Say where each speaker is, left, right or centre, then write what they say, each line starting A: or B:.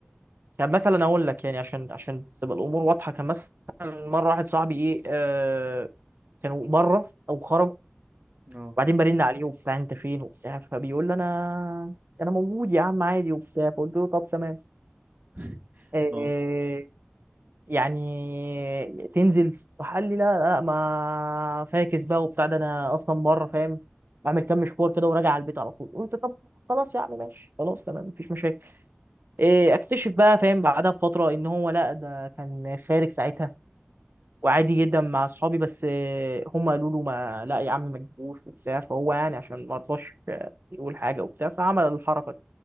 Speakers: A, on the right; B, on the right.
A: كان مثلا اقول لك يعني عشان عشان تبقى الامور واضحه كان مثلا مره واحد صاحبي ايه آه، كانوا بره او خرجوا
B: اه
A: وبعدين برن عليه وبتاع انت فين وبتاع فبيقول لي انا انا موجود يا عم عادي وبتاع فقلت له طب تمام
B: <laughs>
A: إيه
B: اه
A: يعني تنزل فقال لي لا لا ما فاكس بقى وبتاع ده انا اصلا بره فاهم بعمل كام مشوار كده وراجع على البيت على طول قلت طب خلاص يا عم ماشي خلاص تمام مفيش مشاكل إيه اكتشف بقى فاهم بعدها بفتره ان هو لا ده كان خارج ساعتها وعادي جدا مع اصحابي بس آه، هم قالوا له ما لا يا عم ما تجيبوش وبتاع فهو يعني عشان ما رضاش آه، يقول حاجه وبتاع فعمل الحركه دي